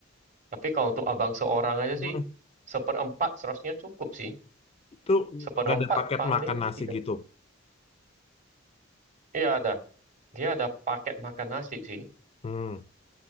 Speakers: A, on the right; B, on the left.
A: Tapi kalau untuk abang seorang aja
B: Hmm.
A: sih, seperempat seharusnya cukup sih.
B: Itu
A: Seperempat
B: nggak ada paket
A: paling
B: makan nasi
A: tiga.
B: gitu.
A: Iya ada. Dia ada paket makan nasi sih.
B: Hmm,